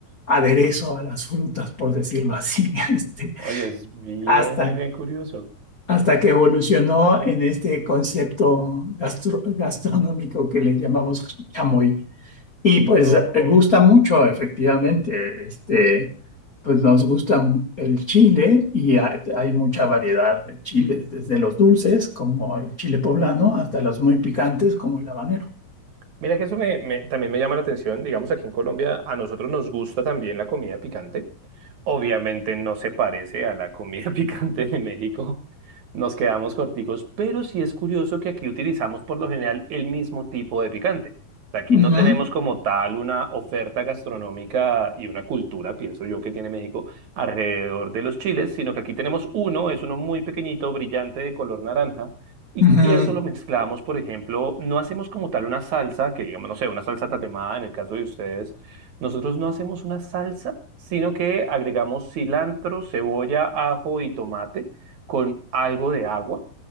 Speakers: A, on the left; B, on the right.
A: aderezo a las frutas, por decirlo así, <laughs> este,
B: Oye, es bien,
A: hasta,
B: bien, bien curioso.
A: hasta que evolucionó en este concepto gastro- gastronómico que le llamamos chamoy. Y pues
B: Ok.
A: eh, gusta mucho, efectivamente, este, pues nos gusta el chile y ha- hay mucha variedad de chiles, desde los dulces como el chile poblano hasta los muy picantes como el habanero.
B: Mira que eso me, me- también me llama la atención. Digamos, aquí en Colombia a nosotros nos gusta también la comida picante. Obviamente no se parece a la comida <laughs> picante de México. Nos quedamos corticos, pero sí es curioso que aquí utilizamos por lo general el mismo tipo de picante. Aquí
A: Ujú,
B: no tenemos como tal una oferta gastronómica y una cultura, pienso yo, que tiene México alrededor de los chiles, sino que aquí tenemos uno, es uno muy pequeñito, brillante, de color naranja y
A: ujú.
B: eso lo mezclamos, por ejemplo, no hacemos como tal una salsa, que digamos, no sé, una salsa tatemada en el caso de ustedes. Nosotros no hacemos una salsa, sino que agregamos cilantro, cebolla, ajo y tomate con algo de agua